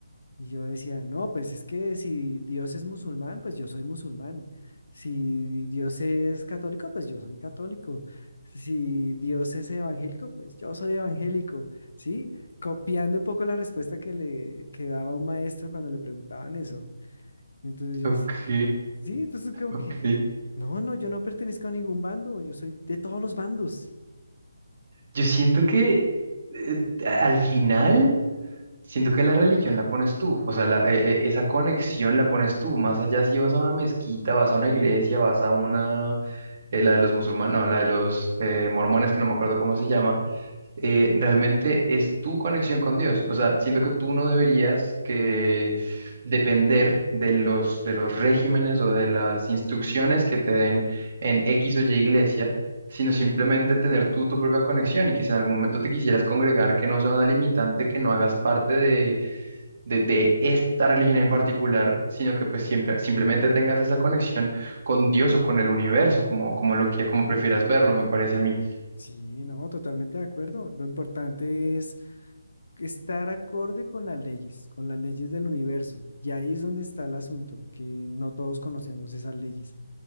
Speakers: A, on the left; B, on the right.
A: Y yo decía, no, pues es que si Dios es musulmán, pues yo soy musulmán. Si Dios es católico, pues yo soy católico. Si Dios es evangélico, pues yo soy evangélico. ¿Sí? Copiando un poco la respuesta que le que daba un maestro cuando le preguntaban eso. Entonces yo
B: Ok,
A: decía, sí, entonces como que,
B: ok.
A: no, no, yo no pertenezco a ningún bando, yo soy de todos los bandos.
B: Yo siento que eh, al final. Siento que la religión la pones tú, o sea, la- e- e- esa conexión la pones tú, más allá si vas a una mezquita, vas a una iglesia, vas a una, eh, la de los musulmanes, no, la de los eh, mormones, que no me acuerdo cómo se llama, eh,
A: Ah,
B: realmente es
A: <clears throat>
B: tu conexión con Dios. O sea, siento que tú no deberías que depender de los, de los regímenes o de las instrucciones que te den en X o Y iglesia, sino simplemente tener tú tu propia conexión y que si en algún momento te quisieras congregar, que no sea una limitante, que no hagas parte de, de, de esta religión en particular, sino que pues siempre, simplemente tengas esa conexión con Dios o con el universo, como, como lo que, como prefieras verlo, me parece a mí.
A: Sí, no, totalmente de acuerdo. Lo importante es estar acorde con las leyes, con las leyes del universo. Y ahí es donde está el asunto, que no todos conocemos esas leyes.